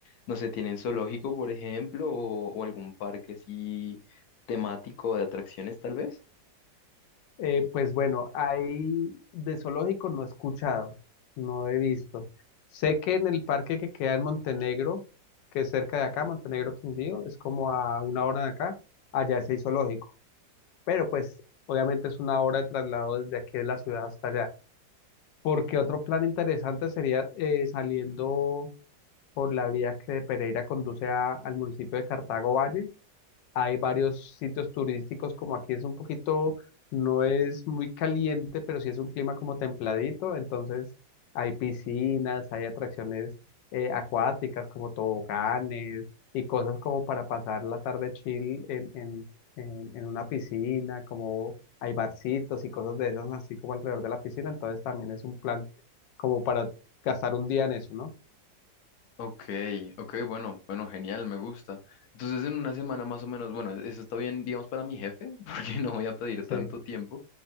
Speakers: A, on the left; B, on the left.
A: no sé, ¿tienen zoológico, por ejemplo, o, o algún parque así temático de atracciones, tal vez?
B: Eh, pues bueno, ahí de zoológico no he escuchado, no he visto. Sé que en el parque que queda en Montenegro, que es cerca de acá, Montenegro Quindío, es como a una hora de acá, allá sí hay zoológico, pero pues obviamente es una hora de traslado desde aquí de la ciudad hasta allá. Porque otro plan interesante sería eh, saliendo por la vía que de Pereira conduce a- al municipio de Cartago Valle hay varios sitios turísticos, como aquí es un poquito, no es muy caliente, pero sí es un clima como templadito, entonces hay piscinas, hay atracciones eh, acuáticas como toboganes y cosas como para pasar la tarde chill en, en, en, en una piscina, como hay barcitos y cosas de esas así como alrededor de la piscina, entonces también es un plan como para gastar un día en eso, ¿no?
A: Ok, ok, bueno, bueno, genial, me gusta. Entonces en una semana más o menos, bueno, eso está bien, digamos, para mi jefe, <laughs> porque no voy a pedir
B: Sí.
A: tanto tiempo.